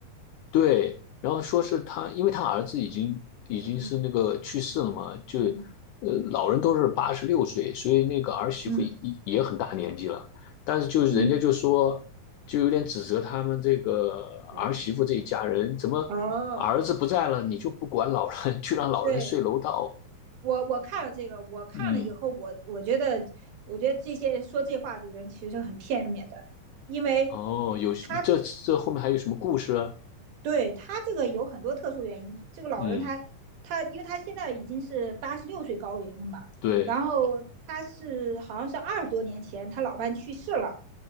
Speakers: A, on the left (about 85°); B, on the right (about 75°).
A: 对，然后说是他，因为他儿子已经已经是那个去世了嘛，
B: 嗯
A: 就
B: 嗯
A: 呃老人都是八十六岁，所以那个儿媳妇也也很大年纪了，
B: 嗯
A: 但是就是人家就说，
B: 嗯，
A: 就有点指责他们这个儿媳妇这一家人，
B: 对，
A: 怎么
B: 哦，
A: 儿子不在了，你就不管老人，去让老人睡楼道？
B: 对我我看了这个，我看了以后，
A: 嗯，
B: 我我觉得我觉得这些说这话的人其实很片面的，因为
A: 哦，有这这后面还有什么故事啊？
B: 他对他这个有很多特殊原因，这个老人他他，
A: 嗯，
B: 因为他现在已经是八十六岁高龄了嘛，
A: 对，
B: 然后他是好像是二十多年前他老伴去世了，